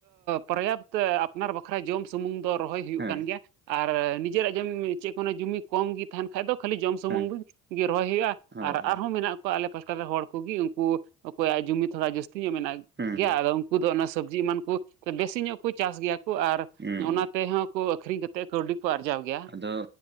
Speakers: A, on the right; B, on the right.
A: ᱯᱚᱨᱭᱟᱯᱛ ᱟᱯᱱᱟᱨ ᱵᱟᱠᱷᱨᱟ ᱵᱟᱠᱷᱨᱟ ᱡᱚᱢ ᱥᱩᱢᱩᱝ ᱫᱚ ᱨᱚᱦᱚᱭ ᱦᱩᱭᱩᱜ
B: ᱦᱮᱸ
A: ᱠᱟᱱ ᱜᱮᱭᱟ ᱟᱨ ᱱᱤᱡᱮᱨᱟᱜ ᱡᱚᱢ ᱪᱮᱫ ᱠᱚ ᱡᱩᱢᱤ ᱠᱚᱢ ᱜᱮ ᱛᱟᱦᱮᱱ ᱠᱷᱟ ᱫᱚ ᱠᱷᱟᱹᱞᱤ ᱡᱚᱢ ᱥᱩᱢᱩᱝ
B: ᱦᱮᱸ
A: ᱫᱚ ᱨᱚᱦᱚᱭ ᱦᱩᱭᱩᱜᱼᱟ
B: ᱦᱳᱭ
A: ᱟᱨ ᱟᱨᱦᱚᱸ ᱢᱮᱱᱟᱜ ᱠᱚ ᱟᱞᱮ ᱯᱟᱥᱠᱟ ᱨᱮ ᱦᱚᱲ ᱠᱚᱜᱮ ᱩᱝᱠᱩ ᱚᱠᱚᱭᱟᱜ ᱡᱩᱢᱤ ᱛᱷᱚᱲᱟ ᱡᱟᱹᱥᱛᱤ ᱛᱤ ᱧᱚᱜ ᱢᱮᱱᱟᱜ
B: ᱦᱩᱸ
A: ᱜᱮᱭᱟ ᱟᱫᱚ ᱩᱝᱠᱩ ᱫᱚ ᱚᱱᱟ ᱥᱚᱵᱡᱤ ᱮᱢᱟᱱ ᱠᱚ ᱵᱮᱥᱤ ᱧᱚᱜ ᱠᱚ ᱪᱟᱥ ᱜᱮᱭᱟ᱾ ᱟᱨ
B: ᱦᱩᱸ
A: ᱚᱱᱟ ᱛᱮᱦᱚᱸ ᱠᱚ ᱟᱹᱠᱷᱨᱤᱧ ᱠᱟᱛᱮ ᱠᱟᱹᱣᱰᱤ ᱠᱚ ᱟᱨᱡᱟᱣ ᱜᱮᱭᱟ᱾
B: ᱟᱫᱚ